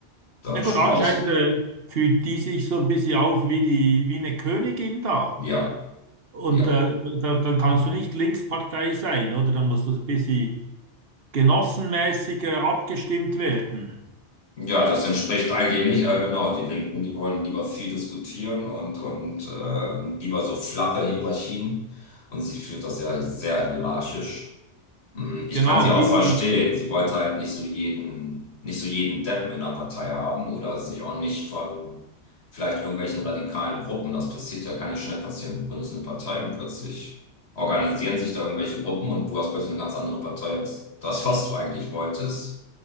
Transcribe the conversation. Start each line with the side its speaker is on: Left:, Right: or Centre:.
Left: das
Right: na
Left: ist
Right: gut,
Left: schon
Right: anscheinend
Left: aus.
Right: äh, fühlt die sich so ein bisschen auf wie die, wie eine Königin da.
Left: Ja,
Right: Und
Left: ja.
Right: äh, da, dann kannst du nicht Linkspartei sein, oder? Dann musst du so ein bisschen genossenmäßig äh, abgestimmt werden.
Left: Ja, das entspricht eigentlich nicht, äh, genau. Die Linken, die wollen lieber viel diskutieren und, und ähm, lieber so flache Hierarchien. Und sie führt das ja sehr hierarchisch. Hm, Ich
Right: Genau,
Left: kann sie auch
Right: wie
Left: verstehen.
Right: die.
Left: Sie wollte halt nicht so jeden, nicht so jeden Deppen in der Partei haben oder sich auch nicht von vielleicht irgendwelchen radikalen Gruppen. Das passiert ja, kann ja schnell passieren. Du gründest eine Partei und plötzlich organisieren sich da irgendwelche Gruppen und du hast plötzlich eine ganz andere Partei als das, was du eigentlich wolltest.